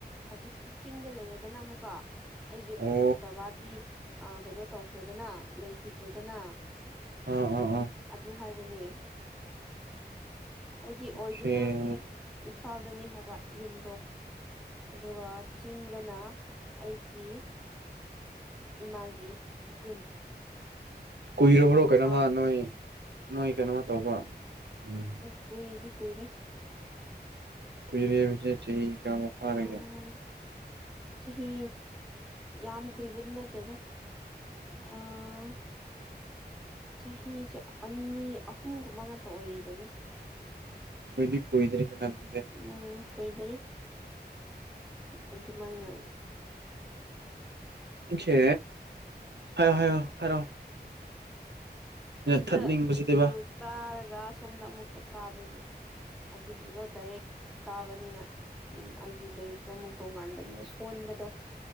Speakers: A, in the centre; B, on the right.
A: ꯍꯧꯖꯤꯛꯇꯤ ꯆꯤꯡꯗ ꯂꯩꯔꯦꯗꯅ ꯑꯃꯨꯛꯀ ꯑꯩꯒꯤ
B: ꯑꯣ
A: ꯕꯕꯥꯗꯤ ꯑꯥ ꯀꯩꯅꯣ ꯇꯧꯈ꯭ꯔꯦꯗꯅ ꯂꯩꯈꯤꯗ꯭ꯔꯦꯗꯅ
B: ꯑꯥ ꯑꯥ ꯑꯥ
A: ꯑꯗꯨ ꯍꯥꯏꯕꯅꯦ ꯑꯩꯗꯤ
B: ꯑꯣꯀꯦ
A: ꯑꯣꯔꯤꯖꯤꯅꯦꯜꯗꯤ
B: ꯑꯣꯀꯦ
A: ꯏꯝꯐꯥꯜꯗꯅꯤ ꯍꯥꯏꯕ ꯌꯨꯝꯗꯣ ꯑꯗꯨꯒ ꯆꯤꯡꯗꯅꯥ ꯑꯩꯒꯤ ꯏꯃꯥꯒꯤ ꯌꯨꯝ
B: ꯀꯨꯏꯔꯕ꯭ꯔꯣ
A: ꯃꯄꯥꯝ
B: ꯀꯩꯅꯣꯃ ꯅꯣꯏ ꯅꯣꯏ ꯀꯩꯅꯣꯃ ꯇꯧꯕ ꯎꯝ
A: ꯀꯨꯏꯗꯤ ꯀꯨꯏꯔꯦ
B: ꯀꯨꯏꯔꯦ ꯍꯥꯕꯁ ꯆꯍꯤ ꯀꯌꯥꯃꯨꯛ ꯐꯥꯔꯒꯦ
A: ꯑꯥ ꯆꯍꯤ ꯌꯥꯝ ꯀꯨꯏꯕꯗꯤ ꯅꯠꯇꯦꯗ ꯑꯥ ꯆꯍꯤꯁꯦ ꯑꯅꯤ ꯑꯍꯨꯝꯒꯨꯝꯕ ꯉꯥꯛꯇ ꯑꯣꯏꯔꯤꯕꯅꯦ
B: ꯀꯨꯏꯗꯤ ꯀꯨꯏꯗ꯭ꯔꯤꯗꯅ ꯑꯗꯨꯗꯤ
A: ꯎꯝ ꯀꯨꯏꯗꯔꯤ ꯑꯗꯨꯃꯥꯏꯅ
B: ꯈꯦ ꯍꯥꯏꯌꯣ ꯍꯥꯏꯌꯣ ꯍꯥꯏꯔꯣ
A: ꯑꯁꯤꯗ
B: ꯊꯠꯅꯤꯡꯕꯁꯤꯗꯤꯕ
A: ꯁ꯭ꯀꯨꯜ ꯀꯥꯔꯒ ꯁꯣꯝꯗ ꯑꯃꯨꯛꯀ ꯀꯥꯕꯒꯤ ꯑꯗꯨꯒꯤꯒꯣ ꯗꯥꯏꯔꯦꯛ ꯀꯥꯕꯅꯤꯅ ꯎꯝ ꯍꯥꯏꯗꯤ ꯂꯥꯏꯔꯤꯛꯇꯣ ꯑꯃꯨꯛ ꯇꯣꯡꯉꯥꯟꯕꯅꯤꯅ ꯁꯣꯟꯕꯗꯣ